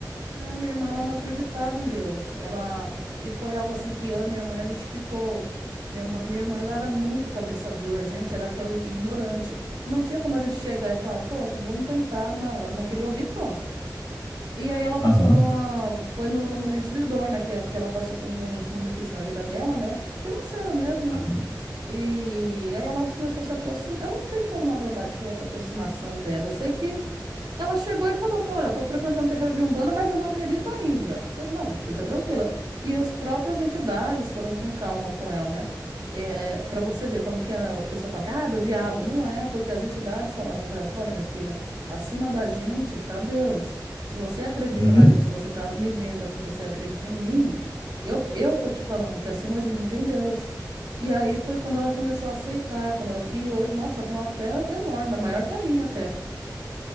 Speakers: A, on the right; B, on the left.
A: É, minha irmã, ela não acreditava em Deus. Ela e foi algo assim que eu e minha mãe a gente ficou. Minha, mã- minha irmã, ela era muito cabeça dura, a gente era aquela ignorante. Não tinha como a gente chegar e falar, poxa, vamos tentar. Não, ela não queria ouvir, pronto. E aí ela passou
B: Aham,
A: por uma, foi no, no momento de dor, né? Que, que ela passou por um momento muito difícil na vida dela, né? Financeiro mesmo,
B: aham,
A: né? E aí ela começou a se aproximar. Eu não sei como, na verdade, foi essa aproximação dela. Eu sei que ela chegou e falou, falou, olha, estou frequentando o terreiro de Umbanda, mas eu não acredito ainda. Eu falei, não, fica tranquila. E as próprias entidades foram com calma com ela, né? É, para você ver como que a- o pessoal fala que, ah, do diabo. Não é, porque as entidades falavam para ela, falaram, olha, minha filha, acima da gente tá Deus. Se você acredita
B: Uhum.
A: na gente, você tá me vendo aqui, você acredita em mim, eu, eu tô te falando que acima de mim tem Deus. E aí foi quando ela começou a aceitar, quando ela... E hoje, nossa, ela tem uma fé enorme, é maior que a minha até.